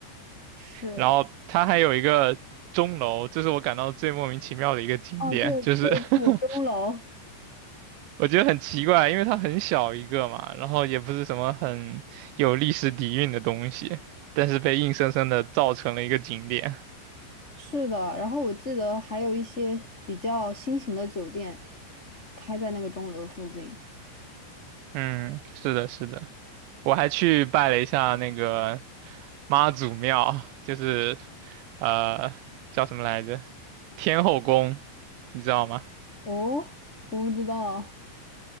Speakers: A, on the left (about 35°); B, on the right (about 80°).
A: 是，
B: 然后它还有一个钟楼，这是我感到最莫名其妙的一个景点，
A: 哦，对对，
B: 就是 <laughs>
A: 有钟楼。
B: 我觉得很奇怪，因为它很小一个嘛，然后也不是什么很有历史底蕴的东西，但是被硬生生的造成了一个景点。
A: 是的，然后我记得还有一些比较新型的酒店开在那个钟楼附近。
B: 嗯，是的，是的，我还去拜了一下那个妈祖庙，就是呃叫什么来着？天后宫，你知道吗？
A: 哦，我不知道。